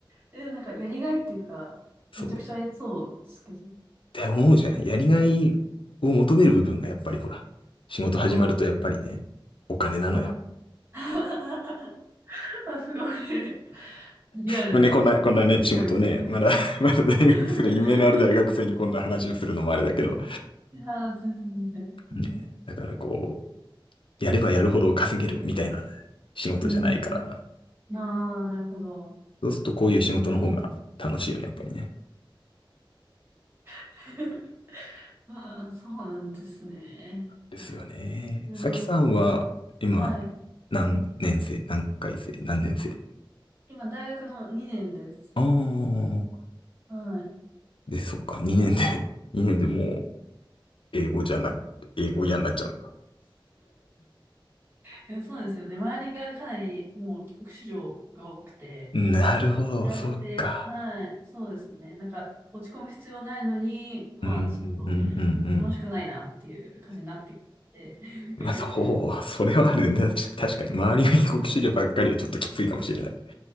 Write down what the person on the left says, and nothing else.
そう、
って思うじゃん。やりがいを求める部分がやっぱりほら、仕事始まるとやっぱりね、
お金なのよ。
まあね、こんな、こんなね、仕事ね、
まだ <laughs> まだ大学生、
夢のある大学生にこんな話をするのもあれだけど、
ね、だからこう、やればやるほど稼げるみたいな仕事じゃないから、
そうするとこういう仕事の方が楽しいよね、やっぱりね。
ですよね。
さきさんは、今、
何年生、何回生、何年生
ああー、
で、そっか、2年で、<laughs> 2年でもう、英語じゃなく、英語嫌になっちゃう
なるほど、
そっか。
うん、うん、うん、うんうん。
まあ、そう、それはあるね。確確かに、周りが帰国子女ばっかりはちょっときついかもしれない。